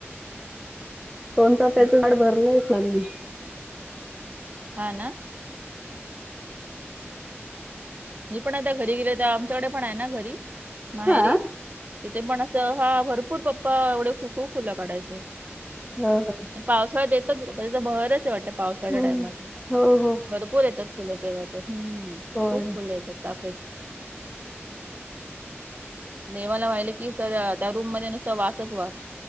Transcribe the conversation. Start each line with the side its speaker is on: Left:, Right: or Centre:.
Centre: सोन चाफ्याच
Right: ओके.
Centre: झाड भरलंयल फुलांनी
Right: हा ना मी पण आता घरी गेलो दाम च्याडे पण ना घरी माहेरी
Centre: हा
Right: तिथे पण अस हा भरपूर पप्पा एवढे खूप फुलं काढायचंय
Centre: ह का
Right: पावसाळ्यात येतात तर बहरच वाटतं पावसाळच्या
Centre: हम्म. हो हो
Right: भरपूर येतात फुलं हम्
Centre: होय
Right: खूप फुलं येतात चाफ्याची देवाला वाहिले की सर त्या रूम मध्ये नुसता वासच वास